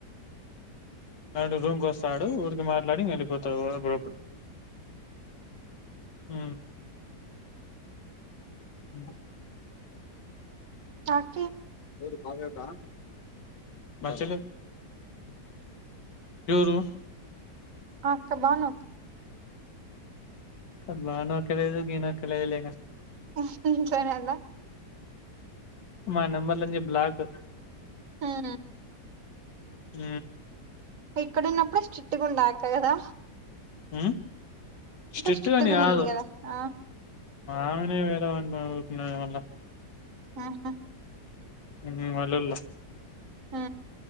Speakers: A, on the left; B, on the right.
A: అడు రూమ్ కి వస్తాడు ఊరికి మాట్లాడి వెళ్ళిపోతాడు అప్పుడప్పుడు ఊ ఉ
B: చరు
A: ఎవరు బవరా మా చెల్లె ఎవరు
B: ఆ అక్క బాగున్నా అక్
A: ఉహు బానక్క లేదు గీనక్క లేదు లే
B: ఉహు సరే అందా
A: మా నంబర్లంచి బ్లాకు
B: హు <unintelligible>
A: ఊ
B: ఇక్కడున్నప్పుడే స్ట్రిగ్ట్ ఉండే ఆ అక్క గదా
A: ఊ స్ట్రిక్టు
B: స్ట్రిక్ట్
A: అని
B: గా ఉన్నింది
A: గాదు
B: కదా ఆ
A: ఆమెనే వేరే వాన్ని న వళ్ళ
B: ఆహా
A: ఉ అల్లోలు
B: ఆ